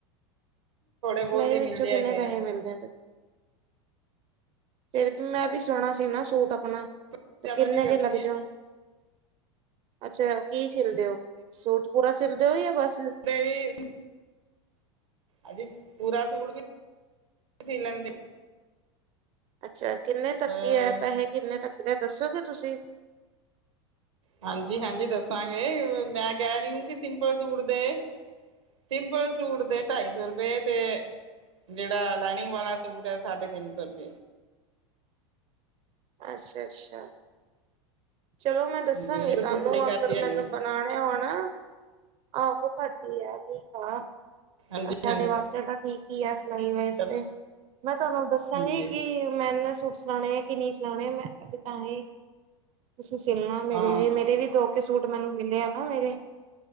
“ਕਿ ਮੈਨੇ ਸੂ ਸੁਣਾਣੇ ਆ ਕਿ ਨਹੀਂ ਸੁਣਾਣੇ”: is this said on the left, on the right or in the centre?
Right